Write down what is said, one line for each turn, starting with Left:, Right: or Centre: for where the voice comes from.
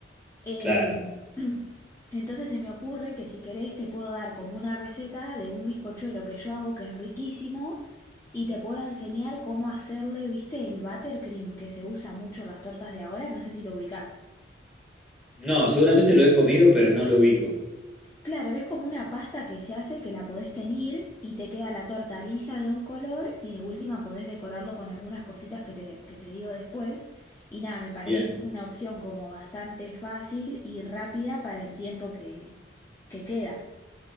Left: Eh,
Centre: claro.
Left: <clears throat> entonces se me ocurre que si querés te puedo dar como una receta de un bizcochuelo que yo hago que es riquísimo y te puedo enseñar cómo hacerle, viste, el buttercream que se usa mucho en las tortas de ahora, no sé si lo ubicás.
Centre: No, seguramente lo he comido, pero no lo ubico.
Left: Claro, es como una pasta que se hace que la podés teñir y te queda la torta lisa de un color y de última podés decorarlo con algunas cositas que te, que te digo después. Y nada, me parece
Centre: Bien,
Left: que es una opción como bastante fácil y rápida para el tiempo que, que queda.